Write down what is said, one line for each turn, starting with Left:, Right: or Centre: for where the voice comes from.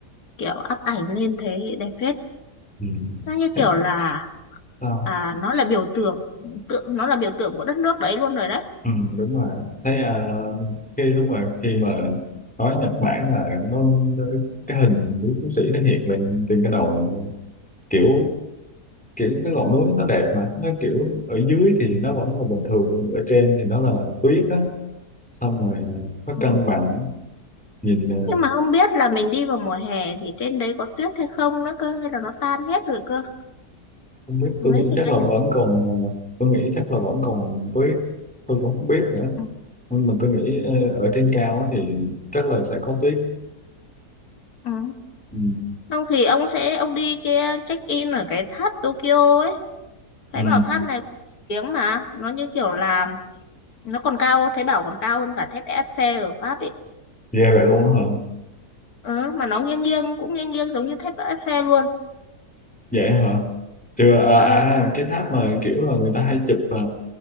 Left: kiểu up ảnh lên thế đẹp phết
Centre: Ừ.
Left: nó như
Centre: Thế
Left: kiểu là
Centre: Sao?
Left: à, nó là biểu tượng tượng nó là biểu tượng của đất nước đấy luôn rồi đấy
Centre: Ừ, đúng rồi. Thấy à, khi đúng rồi khi mà nói Nhật Bản là nó, nó cái hình núi Phú Sĩ nó hiện lên trên cái đầu mình luôn. Kiểu kiểu cái ngọn núi nó đẹp mà nó kiểu ở dưới thì nó vẫn là bình thường ở trên thì nó là tuyết á xong rồi à, nó
Left: ừ.
Centre: cân bằng nhìn à,
Left: nhưng mà không biết là mình đi vào mùa hè thì trên đấy có tuyết hay không nữa cơ hay là nó tan hết rồi cơ
Centre: không biết
Left: lấy
Centre: tôi nghĩ
Left: cái
Centre: chắc
Left: cái
Centre: là
Left: này
Centre: vẫn còn ờ, tôi nghĩ chắc là vẫn còn tuyết tôi cũng không biết nữa
Left: ừ.
Centre: nhưng mà tôi nghĩ ờ, ở trên cao á thì chắc là sẽ có tuyết
Left: Ừ.
Centre: ừ.
Left: Xong thì ông sẽ ông đi kia check in ở cái tháp Tokyo ấy. Thấy
Centre: Ừ.
Left: bảo tháp này cũng nổi tiếng mà nó như kiểu là nó còn cao thấy bảo còn cao hơn cả thép Eiffel ở Pháp ấy
Centre: ghê vậy luôn á hả
Left: ừ, mà nó nghiêng nghiêng cũng nghiêng nghiêng giống như thép Eiffel luôn
Centre: vậy hả chưa à,
Left: ờ,
Centre: à cái tháp mà kiểu là người ta hay chụp ờ,